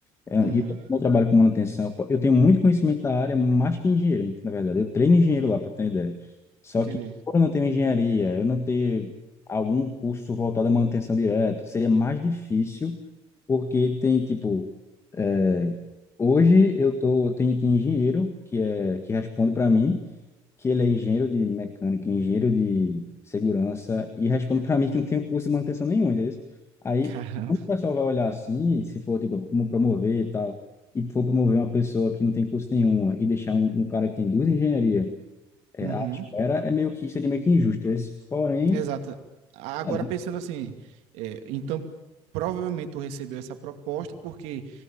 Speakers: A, on the left (about 25°); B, on the right (about 85°).
A: É,
B: uhum,
A: e eu como eu trabalho com manutenção. pô, Eu tenho muito conhecimento da área, mais que engenheiro, ent- na verdade. Eu treino engenheiro lá, para ter ideia. Só
B: entendi
A: que, por eu não tenho engenharia, eu não tenho algum curso voltado à manutenção direta, seria mais difícil, porque tem, tipo, é, hoje eu tô, tem, tem engenheiro que, é, que responde para mim, que ele é engenheiro de mecânica, engenheiro de segurança, e responde para <laughs> mim que não tem curso de manutenção nenhum, entendeu? Aí,
B: caramba
A: quando o pessoal vai olhar assim, se for, tipo, como promover e tal, e for promover uma pessoa que não tem curso nenhum e deixar um, um cara que tem duas engenharias é,
B: uhum.
A: à espera, é meio que, seria meio que injusto. Esse, porém,
B: Exato. Agora
A: é,
B: pensando assim, é, então provavelmente tu recebeu essa proposta porque